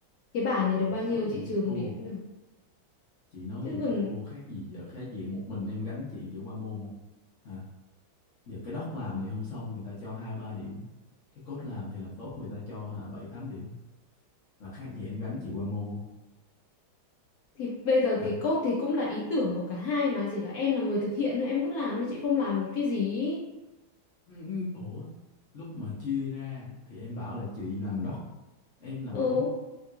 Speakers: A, on the left; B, on the left.
A: Cái bài này được
B: chị
A: bao nhiêu
B: nói vậy
A: chị trừ
B: thì thua
A: một điểm cũng được.
B: chị nói
A: Chứ
B: vậy
A: còn
B: thì thua khác gì giờ khác gì một mình em gánh chị để qua môn không hả giờ cái doc làm thì không xong người ta cho hai ba điểm cái code làm thì làm tốt người ta cho hả bảy tám điểm là khác gì em gánh chị qua môn không
A: thì bây giờ
B: hả
A: cái code thì cũng là ý tưởng của cả hai mà chỉ là em là người thực hiện thôi em cứ làm nhưng chị không làm một cái gì. ý.
B: Ừ, ừ, ủa lúc mà chia ra thì em bảo là chị làm doc em làm
A: Ừ.
B: code